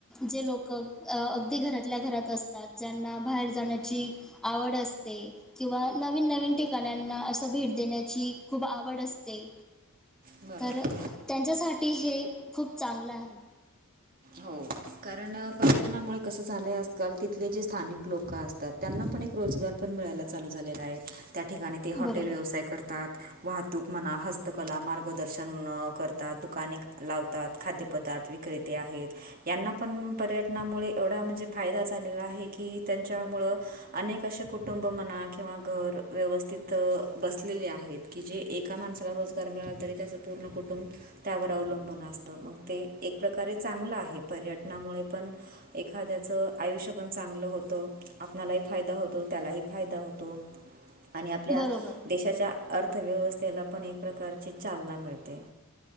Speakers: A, in the centre; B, on the right.
A: जे लोक अगदी घरातल्या घरात असतात ज्यांना बाहेर जाण्याची. आवड असते. किंवा नवीन नवीन ठिकाण्यांना असं भेट देण्याची खूप आवड असते.
B: बरोबर
A: तर त्यांच्यासाठी हे खूप चांगलं आहे.
B: हो कारण पर्यटनामुळे कसं झालंय आजकाल तिथले जे स्थानिक लोक असतात. त्यांना पण एक रोजगार पण मिळायला चालू झालेला आहे त्या ठिकाणी ते हॉटेल
A: बरोबर
B: व्यवसाय करतात. वाहतूक मना हस्तकला मार्गदर्शन करतात दुकाने लावतात खाद्य. पदार्थ विक्रेते आहेत. यांना पण पर्यटनामुळे एवढा म्हणजे फायदा झालेला आहे की त्यांच्यामुळं. अनेक असे कुटुंब मणा किंवा घर व्यवस्थित बसलेले आहेत. की जे एका माणसाला रोजगार मिळाल तरी त्याचं पूर्ण कुटुंब. त्यावर अवलंबून असत मग ते एक प्रकारे चांगलं आहे पर्यटनामुळे पण. एखाद्याचं आयुष्य पण चांगलं होतं. आपणालाही फायदा होतो त्यालाही फायदा होतो. आणि आपल्या
A: बरोबर
B: देशाच्या अर्थव्यवस्थेला पण एक प्रकारची चालना मिळते.